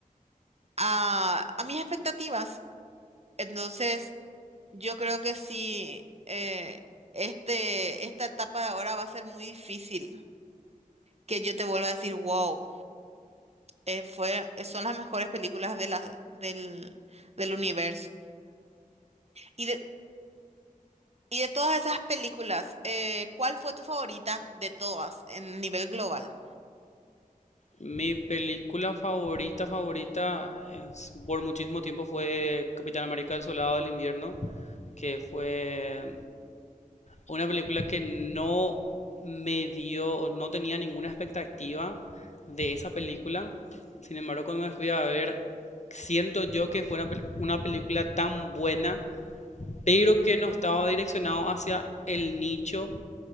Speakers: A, on the right (about 45°); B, on the left (about 50°).
A: a, a mis expectativas. Entonces, yo creo que sí, eh, este, esta etapa de ahora va a ser muy difícil que yo te vuelva a decir, wow. eh, fue, eh, son las mejores películas de la- del, del universo. Y de, y de todas esas películas, eh, ¿cuál fue tu favorita de todas en nivel global?
B: Mi película favorita, favorita, es- por muchísimo tiempo fue Capitán América El Soldado del Invierno, que fue una película que no me dio, no tenía ninguna expectativa de esa película. Sin embargo, cuando me fui a ver, siento yo que fue una, pel- una película tan buena, pero que no estaba direccionado hacia el nicho